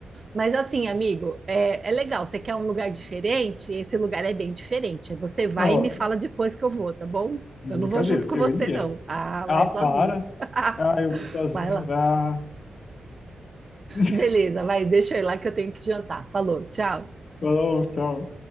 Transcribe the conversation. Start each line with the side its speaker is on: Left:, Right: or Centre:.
Right: Mas assim, amigo, é, é legal, você quer um lugar diferente? Esse lugar é bem diferente. Aí Você vai
Left: Não,
Right: e me
Left: ó,
Right: fala depois que eu vou, tá bom?
Left: de
Right: Eu
Left: brincadeira,
Right: não vou junto com você,
Left: eu iria.
Right: não. Ah, vai
Left: Ah,
Right: sozinho.
Left: para.
Right: <laughs>
Left: Ah, eu vou sozinho,
Right: Vai lá.
Left: vá. <laughs>
Right: Beleza, vai, deixa eu ir lá que eu tenho que jantar. Falou, tchau.
Left: Falou, tchau.